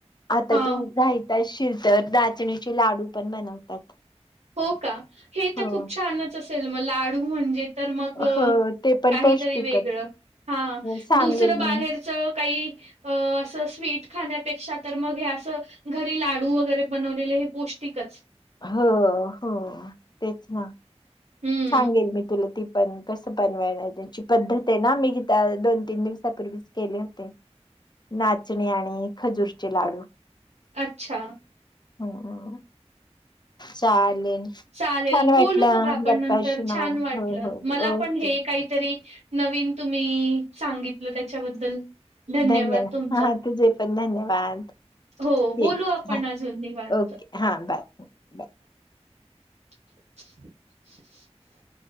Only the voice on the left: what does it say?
आता
तू घायचा असशील तर दचणीचे लाडू पण बनवतात
हो
हो ते पण
पौष्टिकच
हो सांगेल
मी
हो हो तेच ना
सांगेल मी तुला ती पण कस पण वळ त्याची पद्धत आहे ना मी त्या दोन तीन दिवस ूवी केले होते नाचणी आणि खजूरचे लाडू
हम् चालेल
छान वाटलं
गप्पाशी
मा
हो हो
ओके
धन्यवा
हा तुझे पण धन्यवाद ठीक
आहे
हा ओके हा बाय बाय